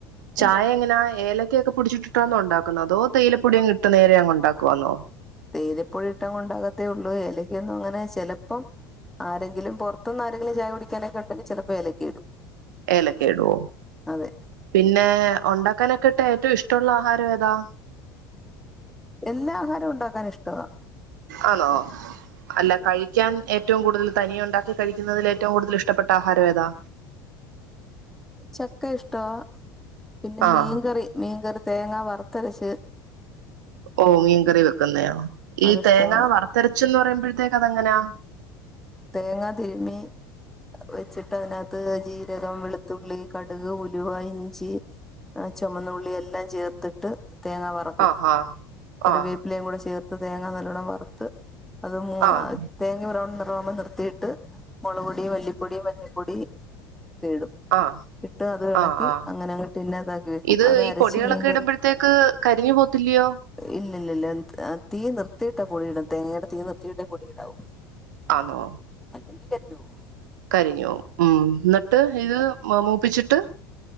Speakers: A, on the right (about 65°); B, in the centre.
A: ചായ
B: അതെ
A: എങ്ങനാ ഏല ക്കെ പിടിച്ചിട്ടിട്ടാന്നോ ഉണ്ടാക്കുന്നത് അതോ തേയിലപൊടിയങ് ഇട്ട് നേരെ അങ് ഉണ്ടാക്കുവാന്നോ
B: തേയിലപൊടി ഇട്ട കൊണ്ടാകത്തേ ഉള്ളൂ ഏലക്കൊന്നും അങ്ങനെ ചെലപ്പം ആരെങ്കിലും പുറത്തുനിന്ന് ആരെങ്കിലും ചായ കുടിക്കാനൊക്കെ ഉണ്ടെങ്കിൽ ചിലപ്പോ ഇലക്കെ ഇടും
A: ഏലക്കെ ഇടുവോ
B: അതെ
A: പിന്നെ ഉണ്ടാക്ക അക്കനൊക്കെട്ടെ ഏറ്റവും ഇഷ്ടമുള്ള ആഹാരം ഏതാ
B: എല്ലാ ആഹാരവും ഉണ്ടാക്കാൻ ഇഷ്ടവാ
A: ആണോ അല്ല കഴിക്കാൻ യെ ഏറ്റവും കൂടുതൽ തനിയ ഉണ്ടാക്കി കഴിക്കുന്നതിൽ ഏറ്റവും കൂടുതൽ ഇഷ്ടപ്പെട്ട ആഹാരം ഏതാ
B: ചക്ക ഇഷ്ടോ പിന്നെ
A: ആഹ്
B: മീൻകറി മീൻകറി തേങ്ങാ വറുത്ത ത്തരശ
A: ഓ മീൻകറി വെക്കുന്നോ ഈ
B: അതിഷ്ടവാ
A: തേങ്ങ വറുത്തെരച്ചന്ന് പറയുമ്പോഴത്തേക്ക് അതെങ്ങനെയാ
B: തേങ്ങാ തിരുമ്മി വെച്ചിട്ട് അതിനകത്ത് ജീരകം വെളുത്തുള്ളി കടുക് ഉലുവ ഇഞ്ചി ആ ചുവന്നുള്ളിെല്ലാം ചേർത്തിട്ട് തേങ്ങ വറക്കും.
A: ആഹ് ആഹ്
B: കറിവേപ്പിലേയും
A: ആഹ്
B: കൂടെ ചേർത്ത് തേങ്ങ നല്ലവണ്ണം വറ്ത്ത് അത് മൂ
A: ആഹ്
B: തേങ്ങ ബൗൺ നെ റാമ്പോ നിർത്തിയിട്ട് മൊളപൊടി, വല്ലിപ്പൊടി, മഞ്ഞപ്പൊടി ത്തിരിടും.
A: ആഹ്
B: ഇട്ട് അത് എളക്കി
A: ആഹ് ആഹ്
B: അങ്ങനെ അങ്ങിട്ട് ഇന്നെ ഇതാക്കി വെക്കും.
A: ഇത്
B: അത്
A: ഈ
B: അരച്ച്
A: പൊടികളൊക്കെ
B: മീൻകറി
A: ഇടുമ്പോഴത്തേക്ക് കരിഞ്ഞു പോത്തില്ലയോ
B: ഇല്ലല്ലല്ല തീ നിർത്തിയിട്ട് പൊ ടിയിടും. തേങ്ങയുടെ തീ നിർത്തിയിട്ടേ പൊടിയിടാവൂ.
A: ആന്നോ?
B: അല്ലെങ്കി കര്ഞ്ഞ് പോവും.
A: കരിഞ്ഞോവും ഉം ന്നട്ട് ഇത് മൂപ്പിച്ചിട്ട്